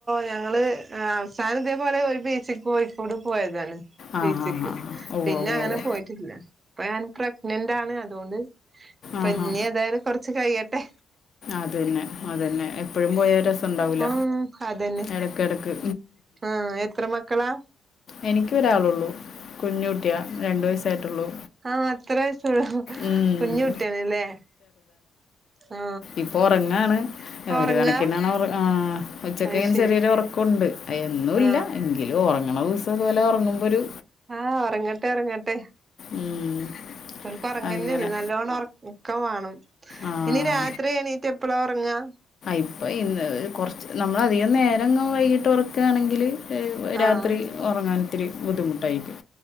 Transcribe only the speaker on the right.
ഞങ്ങള് ആഹ് അവസാനം ഇതേപോലെ ഒരു ബീച്ച്ക്ക് കോയ്ക്കോട് പോയതാണ്
ബീച്ച്ക്ക്
പിന്നെ
അങ്ങനെ
പോയിട്ടില്ല ഇപ്പൊ ഞാൻ പ്രഗ്നന്റ് ആണ് അതുകൊണ്ട് ഇപ്പൊ
ഇഞ്ഞി
ഏതായാലും കൊറച്ച് കഴിയട്ടെ
ആ അതന്നെ
ആ എത്ര മക്കളാ
ആഹ് അത്ര വയസൊള്ളൂ
കുഞ് കുട്ടിയാണല്ലേ ആ
ഇപ്പൊ ഉറങ്ങാ
അത്
ശരി
ആ
ആഹ് ഒറങ്ങട്ടെ ഒറങ്ങട്ടെ
ഇവലിപ്പ ഒറങ്ങ്ന്നെണ്
നല്ലോണം ഒറങ്ങ് ക്കം വാണം
ഇനി രാത്രി എണീറ്റ് എപ്പളാ ഒറങ്ങാ
ആഹ്